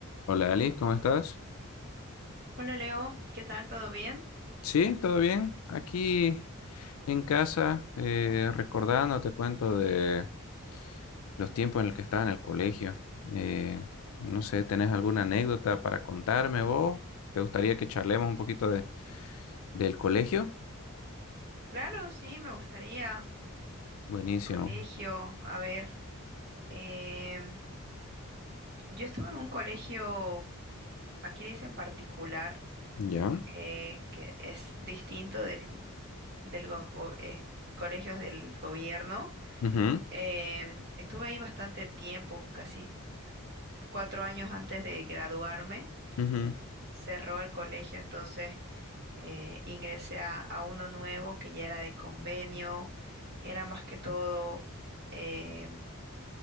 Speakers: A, on the left (about 70°); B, on the right (about 50°).
A: Hola Ali, ¿cómo estás?
B: Hola Leo, ¿qué tal? ¿Todo bien?
A: Sí, todo bien. Aquí en casa, eh, recordando, te cuento de los tiempos en los que estaba en el colegio. Eh, no sé, ¿tenés alguna anécdota para contarme vos? ¿Te gustaría que charlemos un poquito de, del colegio?
B: Claro, sí, me gustaría.
A: Buenísimo.
B: Colegio, a ver, em, yo estuve en un colegio, aquí le dicen particular,
A: ya
B: eh, que es distinto del, del go- go- eh, colegios del gobierno.
A: Ujú,
B: Em, estuve ahí bastante tiempo, casi cuatro años antes de graduarme,
A: ujú.
B: cerró el colegio, entonces eh, ingresé a, a uno nuevo que ya era de convenio, era más que todo em,